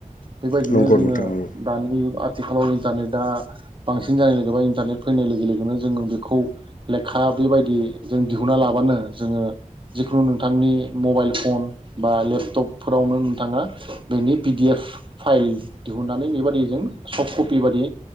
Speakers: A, on the right; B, on the left.
A: बेबायदिनो
B: नंगौ
A: जोङो
B: नोंथां नंगौ
A: दानि आथ थिखालाव इन्टारनेटआ बांसिन जानाय लोगोबा इन्टारनेट फैनाय लोगो - लोगोनो जोंङाव जो खौ लेखा बेबायदि लाबानो जोङो जिखुनु नोंथांनि मबाइल फन बा लेपटपफोरावनो नोंथाङा बेनि पिडि एफ फाइल दिहुननानै बेबादि जों सफ्ट कपि बादि